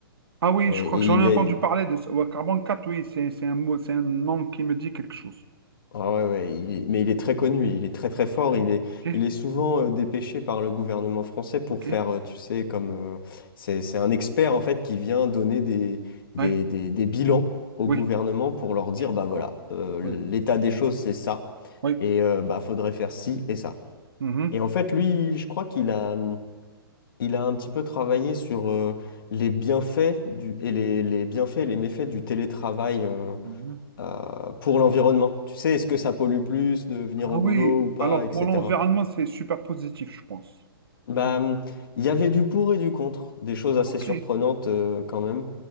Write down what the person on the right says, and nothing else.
Ah oui,
je crois
que j'en
ai entendu
parler de ça. Ouais, carbone quatre. oui, c'est c'est un mot, c'est un nom qui me dit quelque chose.
Ok,
ok,
ouais,
oui,
d'accord.
Ouais,
oui.
mhm,
mhm.
Ah
oui,
alors
pour l'environnement, c'est super positif, je pense.
Ok,